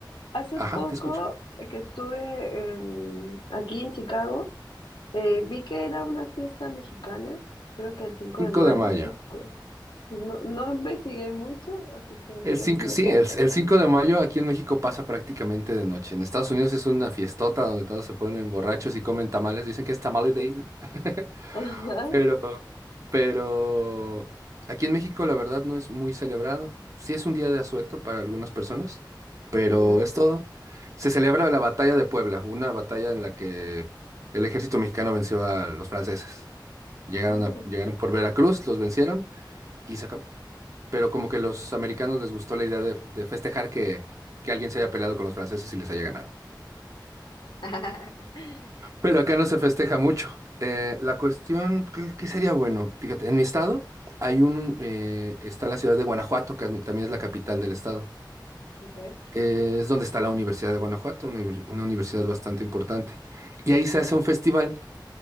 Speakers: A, on the left (about 85°); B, on the right (about 40°).
A: Hace
B: ajá,
A: poco
B: te escucho.
A: que estuve em, aquí en Chicago, eh, vi que era una fiesta mexicana, creo que el 5
B: Cinco
A: de mayo.
B: de mayo.
A: es cu- No, no investigué mucho, así que no
B: El 5
A: sé si me
B: sí,
A: puedes
B: el,
A: contar.
B: el 5 de mayo aquí en México pasa prácticamente de noche. En Estados Unidos es una fiestota donde todos se ponen borrachos y comen tamales. Dicen que es Tamale Day, ¿no? <laughs>
A: <laughs> Ajá,
B: Pero, pero aquí en México la verdad no es muy celebrado. Sí es un día de asueto para algunas personas, pero
A: y ya.
B: es todo. Se celebra la batalla de Puebla, una batalla en la que el ejército mexicano venció a los franceses. Llegaron
A: Ah, mira.
B: a, llegaron por Veracruz, los vencieron y se acabó pero como que los americanos les gustó la idea de, de festejar que, que alguien se haya peleado con los franceses y les haya ganado.
A: <laughs>
B: Pero acá no se festeja mucho. Eh, la cuestión, ¿qué, qué sería bueno? Fíjate, en mi estado hay un, eh, está la ciudad de Guanajuato, que admi- también es la capital del estado.
A: Ok,
B: Eh, es donde está la Universidad de Guanajuato, una, uni- una universidad bastante importante. Y ahí se hace un festival